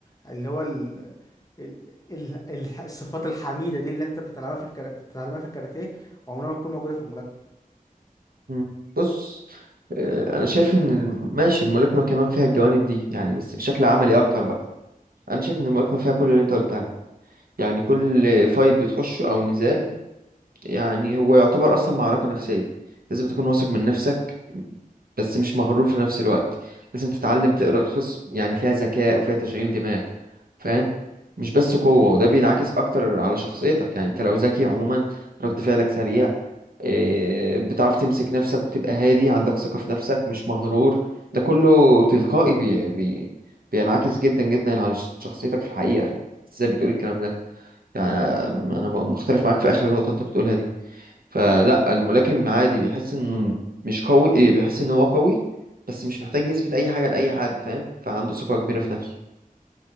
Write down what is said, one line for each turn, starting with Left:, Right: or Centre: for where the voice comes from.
Left: اللي هو ال... ال... ال... ال... الصفات الحميده دي اللي انت بتتعلمها في الكرا... بتتعلمها في الكاراتيه عمرها ما تكون موجوده في الملاكمه
Right: مم. بص آه، انا شايف ان الم- ماشي الملاكمه كمان فيها الجوانب دي يعني بس بشكل عملي اكتر بقى انا شايف ان الملاكمه فيها كل اللي انت قلت عليه يعني كل فايت بتخشه او نزال يعني هو يعتبر اصلا معركة نفسية لازم تكون واثق من نفسك بس مش مغرور في نفس الوقت لازم تتعلم تقرا الخصم يعني فيها ذكاء وفيها تشغيل دماغ فاهم مش بس قوة وده بينعكس أكتر على شخصيتك يعني أنت لو ذكي عموما رد فعلك سريع إيه، بتعرف تمسك نفسك وتبقى هادي عندك ثقة في نفسك مش مغرور ده كله تلقائي بي... بي... بينعكس جدا جدا على شخصيتك في الحقيقة يعني. ازاي بتقول الكلام ده يعني انا م- مختلف معاك في اخر نقطه انت بتقولها دي فلا الملاكم عادي بيحس انه مش قوي إيه، بيحس ان هو قوي بس مش محتاج يثبت اي حاجه لاي حد فاهم فعنده ثقه كبيره في نفسه